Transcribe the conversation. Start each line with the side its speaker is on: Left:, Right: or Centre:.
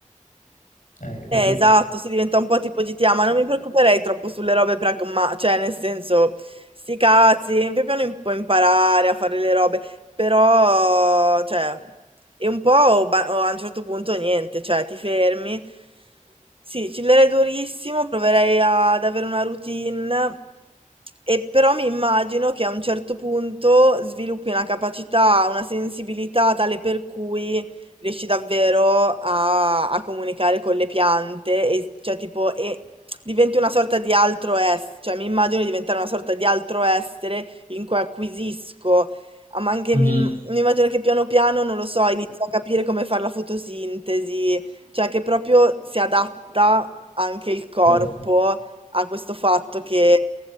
Left: Eh, è
Right: Eh,
Left: così.
Right: esatto, si diventa un po' tipo GTA, ma non mi preoccuperei troppo sulle robe pragma, cioè nel senso, sti cazzi, pian piano im- puoi imparare a fare le robe, però, cioè, è un po' o ba- o a un certo punto niente, cioè ti fermi, sì, chillerei durissimo, proverei ad avere una routine, e però mi immagino che a un certo punto sviluppi una capacità, una sensibilità tale per cui riesci davvero a, a comunicare con le piante e cioè tipo e diventi una sorta di altro essere, cioè mi immagino di diventare una sorta di altro essere in cui acquisisco, ah, ma anche
Left: Mhm.
Right: mi, mi immagino che piano piano, non lo so, inizio a capire come fare la fotosintesi, cioè che proprio si adatta anche il corpo
Left: Certo.
Right: a questo fatto che